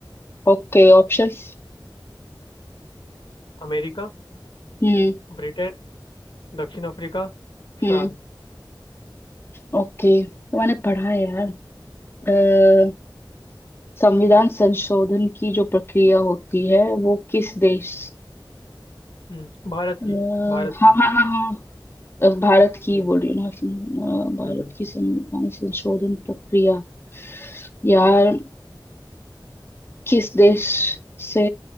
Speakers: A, on the left (about 30°); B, on the left (about 75°).
A: Okay options
B: अमेरिका
A: हम्म
B: ब्रिटेन दक्षिण अफ्रीका
A: हम्म
B: फ्रांस
A: ओके तो मैंने पढ़ा है यार अ, संविधान संशोधन की जो प्रक्रिया होती है वो किस देश
B: हम्म भारत
A: अ,
B: की भारत
A: हाँ
B: की
A: हाँ हाँ हाँ अ, भारत की
B: हम्म
A: बोल रही हूँ ना अ, भारत
B: हम्म हम्म,
A: की संविधान संशोधन प्रक्रिया यार किस देश से